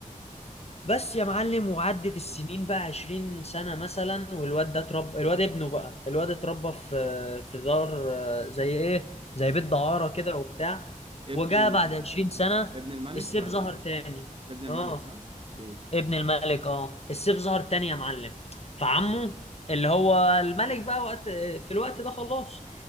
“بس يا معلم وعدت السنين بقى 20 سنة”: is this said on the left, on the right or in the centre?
Left